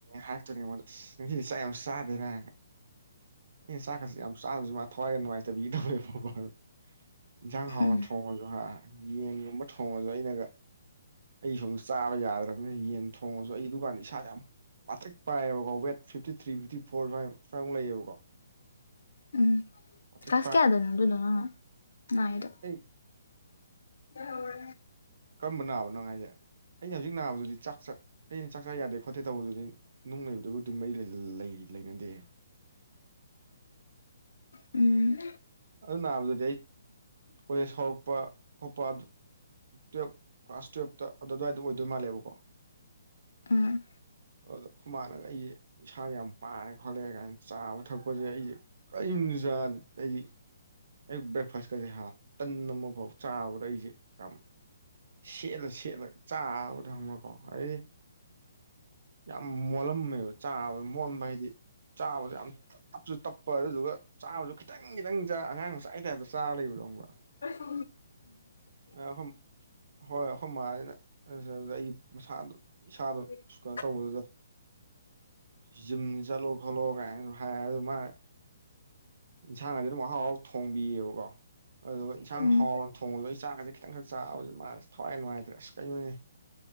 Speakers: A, on the right; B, on the left.
A: ꯍꯥꯛꯇꯣꯏꯅꯦ ꯃꯣꯟ ꯅꯨꯡꯁꯤꯗꯤ ꯆꯥꯛ ꯌꯥꯝ ꯆꯥꯗꯦꯅ ꯑꯦ ꯆꯥꯛꯀꯁꯤ ꯌꯥꯝ ꯆꯥꯗꯕꯁꯤ ꯃꯥ ꯊꯋꯥꯏꯅ ꯅꯨꯡꯉꯥꯏꯇꯕꯤꯒꯤꯗꯕꯋ ꯌꯦꯟꯁꯥꯡ ꯍꯥꯎꯅ
B: ꯎꯝ
A: ꯊꯣꯡꯉꯁꯨ ꯍꯥ ꯌꯦꯟꯒꯨꯝꯕ ꯊꯣꯡꯉꯁꯨ ꯑꯩꯅꯒ ꯑꯩ ꯁꯨꯝꯝ ꯆꯥꯕ ꯌꯥꯗ꯭ꯔꯕꯅꯤꯅ ꯌꯦꯟ ꯊꯣꯡꯉꯁꯨ ꯑꯩꯒꯤ ꯗꯨꯀꯥꯟ ꯏꯁꯥꯗ ꯌꯥꯝ ꯄꯥꯛꯊꯛ ꯄꯥꯏꯌꯦꯕꯀ weight fifty three fifty four ꯁꯨꯃꯥꯏꯅ ꯁꯨꯃꯥꯏꯨꯛ ꯂꯩꯌꯦꯕꯀꯣ
B: ꯎꯝ
A: ꯄꯥꯇ꯭ꯔꯤꯛ
B: ꯈꯥꯁꯒꯦ ꯑꯗꯨꯅ ꯑꯗꯨꯅ ꯅꯅꯥꯏꯗꯣ
A: ꯎꯝ
B: ꯍ
A: ꯀꯔꯝꯕ ꯅꯥꯕꯅꯣ ꯍꯥꯏꯁꯦ ꯑꯩꯅ ꯍꯧꯖꯤꯛ ꯅꯥꯕꯗꯨꯗꯤ ꯆꯥꯛ ꯆꯠ ꯑꯩꯩꯅ ꯆꯥꯛ ꯆꯥ ꯌꯥꯗꯦ ꯈꯣꯠꯇꯦ ꯇꯧꯕꯗꯨꯗꯤ ꯅꯨꯡ ꯂꯩꯕꯗꯨꯒ ꯑꯗꯨꯝ ꯃꯔꯤ ꯂꯩꯅꯗꯦ
B: ꯎꯝ
A: ꯑꯗꯨ ꯅꯥꯕꯗꯗꯤ ꯑꯩ ꯀꯣꯂꯦꯖ ꯍꯧꯔꯛꯄ ꯈꯣꯠꯄ ꯑꯗꯨ ꯇꯨꯌꯦꯜꯞ ꯀ꯭ꯂꯥꯁ ꯇꯨꯌꯦꯜꯞꯇ ꯑꯗꯨ ꯑꯗꯨꯋꯥꯏꯗ ꯑꯣꯏꯗꯣꯏ ꯃꯥꯜꯂꯦꯕꯀꯣ
B: ꯎꯝ
A: ꯑꯗꯣ ꯍ ꯃꯥꯟꯅꯒ ꯑꯩꯁꯦ ꯏꯁꯥꯗ ꯌꯥꯝ ꯄꯥꯔꯦ ꯈꯣꯠꯂꯛꯑꯦ ꯀꯥꯏꯅ ꯆꯥꯕ ꯊꯛꯄꯁꯦ ꯑꯩꯁꯦ ꯀꯔꯤꯝ ꯆꯥ ꯑꯩꯗꯤ ꯑꯩ ꯕ꯭ꯔꯦꯛꯐꯥꯁꯀꯁꯦ ꯍꯥꯟ ꯇꯟ ꯑꯃ ꯐꯥꯎ ꯆꯥꯕꯗ ꯑꯩꯁꯦ ꯌꯥꯝ ꯁꯦꯠꯂ ꯁꯦꯠꯂꯒ ꯆꯥꯕ ꯊꯪꯕꯀꯣ ꯑꯩꯗꯤ ꯌꯥꯝ ꯃꯣꯜꯂꯝꯃꯦꯕ ꯆꯥꯕ ꯃꯣꯟꯕ ꯍꯥꯏꯗꯤ ꯆꯥꯕꯗ ꯌꯥꯝ ꯇꯞꯁꯨ ꯇꯞꯄ ꯑꯗꯨꯗꯨꯒ ꯆꯥꯕꯗꯨ ꯈꯤꯇꯪ ꯈꯤꯇꯪ ꯆꯥ ꯑꯉꯥꯡ ꯃꯆꯥ ꯇꯥꯏꯞꯇ ꯆꯥꯔ ꯂꯩꯕꯗꯧꯕ꯭ꯔꯥ
B: ꯑꯩ ꯁ
A: ꯑꯩꯈꯣꯏ ꯍꯣꯏ ꯑꯩꯈꯣꯏ ꯃꯥꯅꯤꯅ ꯑꯗꯨ ꯑꯩ ꯃꯁꯥꯗꯣ ꯏꯁꯥꯗꯣ
B: <unintelligible>
A: ꯀꯩꯅꯣ ꯇꯧꯕꯗꯨꯗ ꯖꯤꯝ ꯆꯠꯂꯣ ꯈꯣꯠꯂꯣ ꯀꯥꯏꯅꯁꯨ ꯍꯥꯏ ꯑꯗꯨ ꯃꯥꯅ ꯏꯟꯁꯥꯡꯒꯗꯤ ꯑꯗꯨꯝ ꯍꯥꯎ ꯍꯔꯥꯎ ꯊꯣꯡꯕꯤꯌꯦꯕꯀꯣ ꯑꯗꯨꯒ ꯏꯟꯁꯥꯡ
B: ꯎꯝ
A: ꯍꯥꯎꯔ ꯊꯣꯡꯉꯗ ꯑꯩ ꯆꯥꯛꯁꯦ ꯈꯤꯇꯪꯈꯛ ꯆꯥꯕꯁ ꯃꯥꯁꯦ ꯊꯋꯥꯏ ꯅꯨꯡꯉꯥꯏꯇ꯭ꯔꯦ ꯑꯁ ꯀꯩꯅꯣꯅꯦ